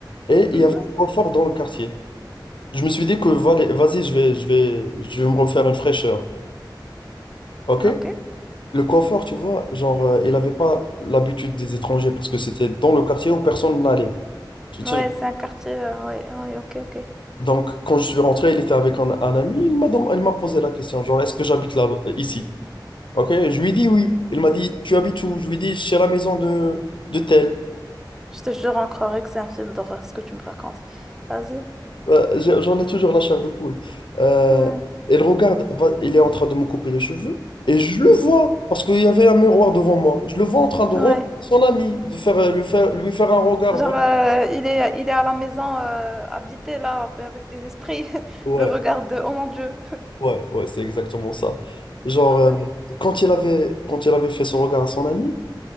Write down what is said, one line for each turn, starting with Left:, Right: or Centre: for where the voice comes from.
Left: et
Centre: Mhm,
Left: il y avait un confort dans le quartier. Je me suis dit que vale- vas-y, je vais je vais je vais me refaire une fraîcheur. Ok?
Centre: ok.
Left: Le confort, tu vois, genre euh, il n'avait pas l'habitude des étrangers parce que c'était dans le quartier où personne n'allait. Tu
Centre: Ouais,
Left: te souviens
Centre: c'est un quartier. euh, ouais, ouais, ok, ok.
Left: Donc quand je suis rentré, il était avec un, un ami. Il m'a dem- il m'a posé la question, genre est-ce que j'habite là ici? Ok, je lui dis oui. Il m'a dit, tu habites où? Je lui dis, chez la maison de, de tel.
Centre: Je te jure, on croirait que c'est un film d'horreur, ce que tu me racontes. Vas-y.
Left: Euh, j'ai- J'en ai toujours la chair de poule. Euh,
Centre: Ouais,
Left: il regarde, va- il est en train de me couper les cheveux. Et je le vois, parce qu'il y avait un miroir devant moi. Je le vois en train de regarder
Centre: ouais.
Left: son ami, de faire, le faire, lui faire un regard
Centre: Genre,
Left: vrai.
Centre: euh, il est, il est à la maison, euh, habité là, un peu avec des esprits. <laughs>
Left: Ouais,
Centre: Le regard de, oh mon Dieu.
Left: ouais, ouais, c'est exactement ça. Genre,
Centre: Ouais.
Left: euh, quand il avait, quand il avait fait ce regard à son ami,